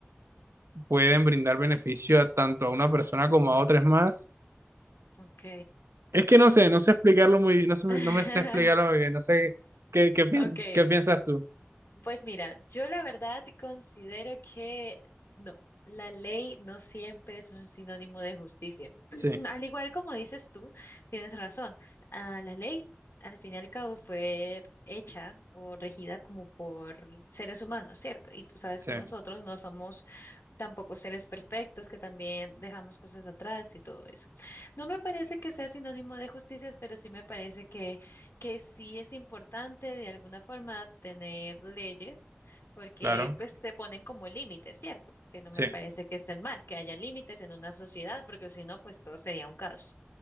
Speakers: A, on the right; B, on the left.
A: pueden brindar beneficio a tanto a una persona como a otras más.
B: Ok.
A: Es que no sé, no sé explicarlo muy bien, no sé,
B: <laughs>
A: no me sé explicarlo muy bien, no sé qué, qué piensas,
B: Okay,
A: qué piensas tú.
B: pues mira, yo la verdad considero que no, la ley no siempre es un sinónimo de justicia. <clears throat>
A: Sí,
B: Al igual como dices tú, tienes razón. Ah, la ley, al fin y al cabo, fue hecha o regida como por seres humanos, ¿cierto? Y tú sabes
A: sí,
B: que nosotros no somos tampoco seres perfectos, que también dejamos cosas atrás y todo eso. No me parece que sea sinónimo de justicia, pero sí me parece que, que sí es importante de alguna forma tener leyes, porque
A: claro,
B: pues te ponen como límites, ¿cierto? Que no
A: sí.
B: me parece que estén mal, que haya límites en una sociedad, porque si no, pues todo sería un caos.